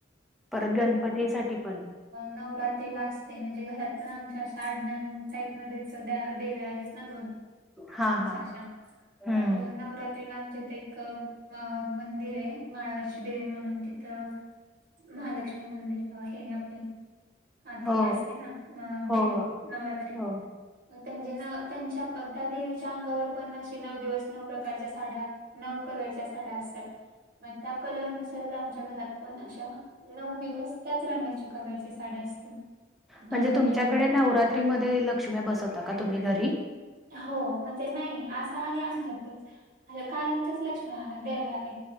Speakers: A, in the centre; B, on the right (about 50°).
A: परत गणपतीसाठी पण.
B: नवरातीला असते, म्हणजे घरात पण आमच्या आडण्यान टाईपमध्ये च देव्या आहेत ना दोन,
A: हा
B: उंच
A: हा
B: अशा
A: हम्म.
B: मग नवरात्रीला आमच्या इथ एक अ मं मंदिरेय माळवरची देवी म्हणून तिथं. महालक्ष्मी मंदिर हे आपले. हा ते
A: हो,
B: असते ना
A: हो,
B: देवी नवरात्रीत.
A: हो.
B: म त्याजी न- त्यांच्या त्या देवीच्या अंगावर पण अशे नऊ दिवस नऊ प्रकारच्या साड्या नऊ कलरच्या साड्या असतात मग त्या कलरनुसारच आमच्या घरात पण नऊ दिवस त्याच रगाच्या कलरची साडी असते.
A: म्हणजे
B: आमच्या
A: तुमच्याकडे
B: देव्यांना पण
A: नवरात्रीमध्ये लक्ष्मी बसवता का तुम्ही घरी.
B: हो म्हणजे नाही असं आहे आमच्यातच अे काय आमच्याच लक्ष्मा आहे देवे आहेत.